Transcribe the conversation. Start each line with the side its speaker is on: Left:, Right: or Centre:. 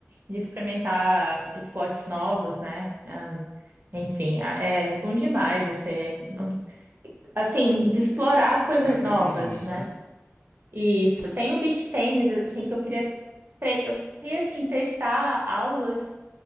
Right: de experimentar esportes novos, né? Ah, enfim, a- é bom demais você, não- assim, de explorar coisas
Left: Sair da
Right: novas,
Left: mesmice,
Right: né?
Left: né?
Right: Isso, tem o beach tennis, assim, que eu queria, tre- eu queria, assim, testar aulas